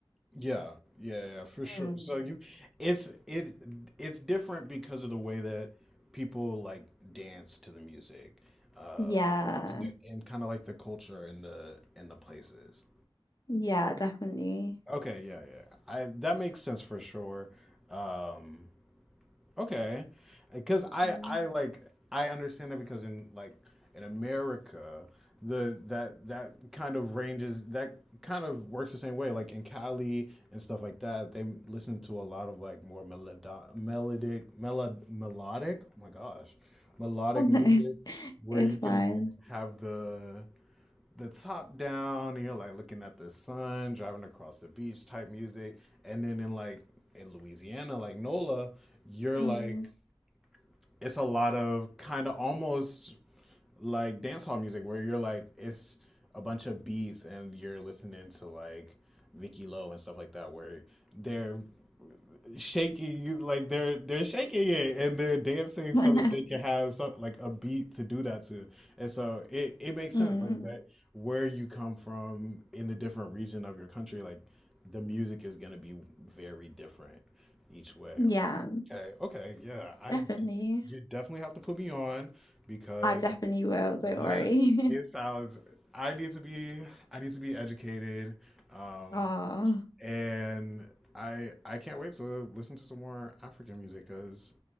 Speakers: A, in the centre; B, on the left (about 45°).
A: Yeah, yeah, yeah, yeah, for
B: Mm.
A: sure. So you, it's it it's different because of the way that people like dance to the music, uh,
B: Yeah,
A: and, and kind of like the culture and the and the places.
B: yeah, definitely.
A: Okay, yeah, yeah. I that makes sense for sure. Um, Okay, because I
B: Mm.
A: I like I understand that because in like in America the that that kind of ranges that kind of works the same way like in Cali and stuff like that they listen to a lot of like more melodic melodic melod, melodic oh my gosh melodic
B: <laughs>
A: music where
B: It's
A: you
B: fine.
A: can like have the the top down, you know, like looking at the sun, driving across the beach type music. And then in like in Louisiana, like NOLA, you're
B: Mm.
A: like it's a lot of kind of almost like dancehall music where you're like it's a bunch of beats and you're listening to like Vicky Lowe and stuff like that where they're shaking you like they're they're shaking it and they're dancing
B: <laughs>
A: so that they can have some like a beat to do that to and so it it makes
B: Mm.
A: sense like that where you come from in the different region of your country like the music is going to be very different each way
B: Yeah,
A: okay okay yeah i
B: definitely.
A: you definitely have to put me on because
B: I definitely will, don't
A: that
B: worry.
A: it
B: <laughs>
A: sounds. I need to be. I need to be educated, um,
B: Oh,
A: and I I can't wait to listen to some more African music because